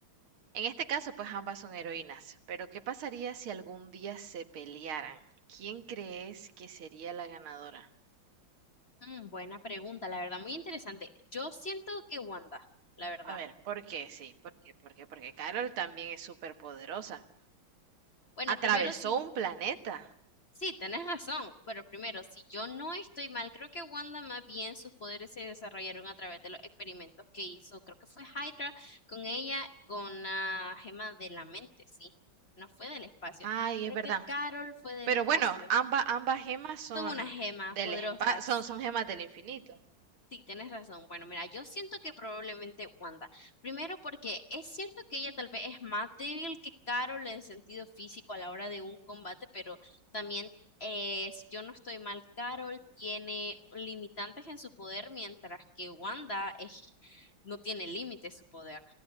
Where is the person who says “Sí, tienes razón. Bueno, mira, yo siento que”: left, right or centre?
Left